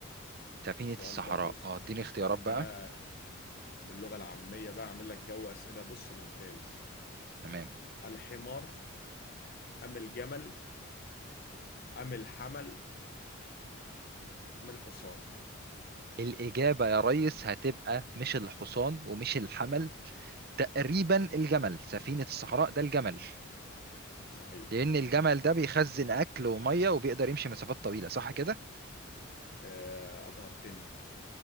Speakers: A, on the right (about 45°); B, on the left (about 45°).
A: سفينة
B: السؤال
A: الصحراء
B: ده بص
A: اه اديني
B: السؤال
A: اختيارات بقى
B: ده باللغة العامية بقى أعمل لك جو أسئلة بص ممتاز
A: تمام
B: الحمار أم الجمل أم الحمل أم الحصان
A: الاجابة يا ريس هتبقى مش الحصان ومش الحمل تقريبا الجمل سفينة الصحراء ده الجمل
B: صحيح
A: لأن الجمل ده بيخزن أكل ومية وبيقدر يمشي مسافات طويلة صح كده؟
B: آه، أبهرتني